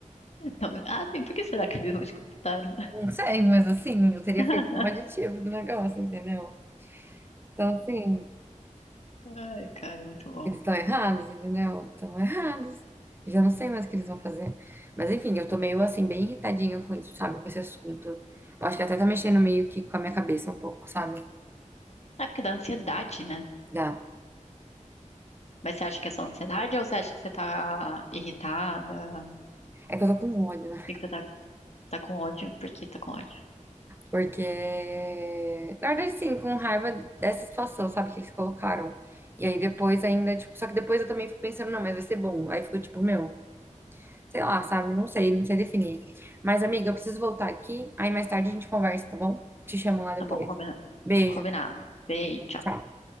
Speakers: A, on the left; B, on the right.
A: Não me- Ah, sim, por que será que eles não te contaram, né?
B: Não sei, mas assim, eu teria
A: <laughs>
B: feito só um aditivo do negócio, entendeu? Então, assim.
A: Ai, cara, muito bom.
B: Eles estão errados, entendeu? Estão errados. Já não sei mais o que eles vão fazer. Mas enfim, eu tô meio assim, bem irritadinha com isso, sabe? Com esse assunto. Eu acho que até tá mexendo meio que com a minha cabeça um pouco, sabe?
A: É porque dá ansiedade, né?
B: Dá.
A: Mas você acha que é só ansiedade ou você acha que você tá irritada?
B: É que eu tô com ódio, né?
A: E que você tá, tá com ódio? Por que tá com ódio?
B: Porque. Na verdade, sim, com raiva dessa situação, sabe? Que eles colocaram. E aí depois ainda, tipo. Só que depois eu também fico pensando, não, mas vai ser bom. Aí eu fico tipo, meu, sei lá, sabe? Não sei, não sei definir. Mas, amiga, eu preciso voltar aqui. Aí mais tarde a gente conversa, tá bom? Te chamo lá depois.
A: Tá bom, combina-
B: Beijo.
A: combinado. Beijo, tchau.
B: Tchau.